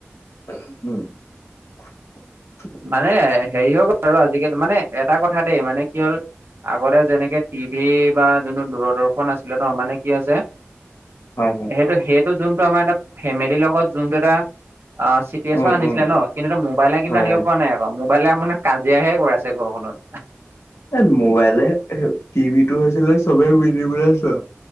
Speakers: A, on the left; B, on the right.
A: <inaudible>
B: মানে হেৰি হৈ গ'ল আৰু আজিকালি, মানে এটা কথা দেই, মানে কি হ'ল আগতে যেনেকে টিভি বা জোনটো দূৰদৰ্শন আছিলে ন, মানে কি হৈছে
A: হয় হয়
B: হেইটো, হেইটো জোনটো আমাৰ এটা ফেমিলিৰ লগত জোনটো এটা অ, চিত <unintelligible>
A: উম
B: আনিছিলে
A: উম
B: ন, কিন্তু এতিয়া মোবাইলে কিন্তু
A: হয়
B: আনিব
A: হয়
B: পৰা নাই আক', মোবাইলে আপোনাৰ কাজিয়াহে কৰাইছে ঘৰখনত!
A: এ মোবাইলে, এ টিভিটো হৈছিলে চবে মিলি পেলাই চোৱা